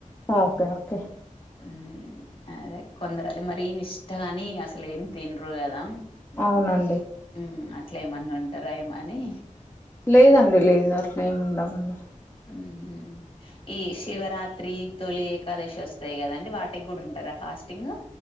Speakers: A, on the left; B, on the left.
A: ఓకే ఓకే
B: మ్మ్ అదే కొందరదీ మరీ నిష్టగాని అస్సలేం తిన్రు గదా
A: అవునండి
B: మ్మ్ అట్లేమన్నా ఉంటార ఏమని
A: లేదండి లేదు అట్లేం ఉండమండి
B: మ్మ్ హు ఈ శివరాత్రి తొలి ఏకాదశి ఒస్తై కదండి వాటిగ్గూడా ఉంటారా ఫాస్టింగ్